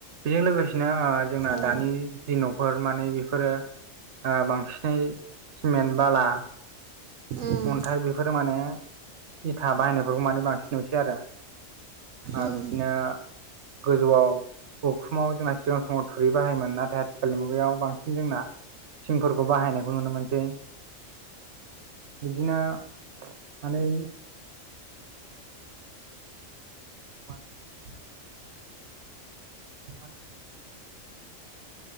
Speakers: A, on the right; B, on the right.
A: बेजों लोगोसेनो जोंना
B: औ
A: दानि जि न'फोर माने बेफोरो बांसिनै सिमेन्ट बाला
B: उम
A: अन्थाइ बेफोर फोर माने इथा बाहायनायफोरखौ माने बांसिन नुसै आरो
B: उम
A: बिदिनो गोजौआव उखुमाव जोंना सिगां समाव थुरि बाहायोमोन नाथाय आथिखालनि मुगायाव बांसिन जोंना थिंफोरखौ बाहायनायखौ नुनो मोनसै बिदिनो माने <unintelligible> <inaudible>